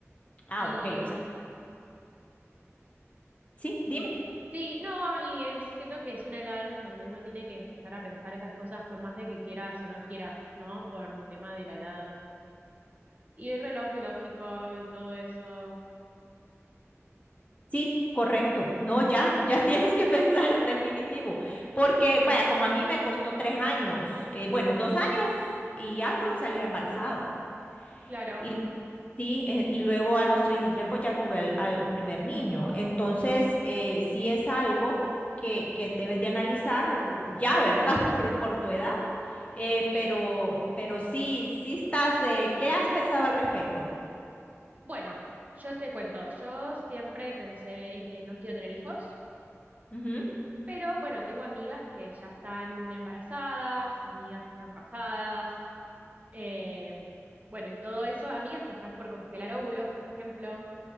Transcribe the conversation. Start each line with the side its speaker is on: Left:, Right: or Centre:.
Left: Ah,
Right: y...
Left: ok, o sea, sí, dime.
Right: Sí, no, y es- siento que es una edad en donde uno tiene que empezar a pensar esas cosas por más de que quieras o no quieras, ¿no? Por un tema de la edad. Y el reloj biológico y todo eso.
Left: Sí, correcto. No, ya, <laughs> ya tienes que pensar <laughs> definitivo. Porque, vaya, como a mí me costó tres años, eh, bueno, dos años y algo en salir embarazada.
Right: Claro,
Left: Y sí, eh, y luego a los 33 pues ya tuve al, al primer niño. Entonces, eh, sí es algo que, que debes de analizar ya, ¿verdad? <laughs> Por, por tu edad. Eh,
Right: sí.
Left: pero, pero sí, sí estás, eh, ¿qué has pensado al respecto?
Right: Bueno, yo te cuento, yo siempre pensé en que no quiero tener hijos,
Left: Ujú.
Right: pero bueno, tengo amigas que ya están embarazadas, amigas que están casadas, eh, bueno, y todo eso, amigas que están por congelar óvulos, por ejemplo.